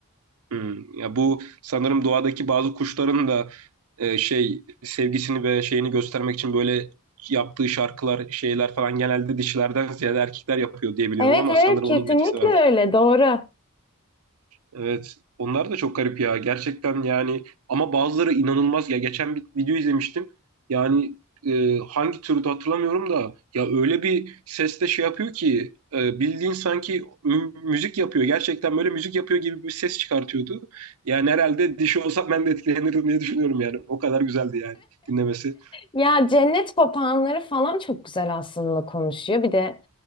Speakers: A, on the right (about 70°); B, on the left (about 20°).
A: Hmm. Ya bu sanırım doğadaki bazı kuşların da e, şey sevgisini ve şeyini göstermek için böyle yaptığı şarkılar, şeyler falan genelde dişilerden ziyade erkekler yapıyor diye biliyorum
B: Evet
A: ama
B: evet
A: sanırım
B: kesinlikle
A: onun da etkisi vardır.
B: öyle doğru.
A: Evet. Onlar da çok garip ya. Gerçekten yani ama bazıları inanılmaz ya. Geçen bir video izlemiştim. Yani e, hangi türde hatırlamıyorum da ya öyle bir sesle şey yapıyor ki e, bildiğin sanki mü- müzik yapıyor. Gerçekten böyle müzik yapıyor gibi bir ses çıkartıyordu. Yani herhalde dişi olsam ben de etkilenirdim diye düşünüyorum yani. O kadar güzeldi yani dinlemesi.
B: Ya cennet papağanları falan çok güzel aslında konuşuyor. Bir de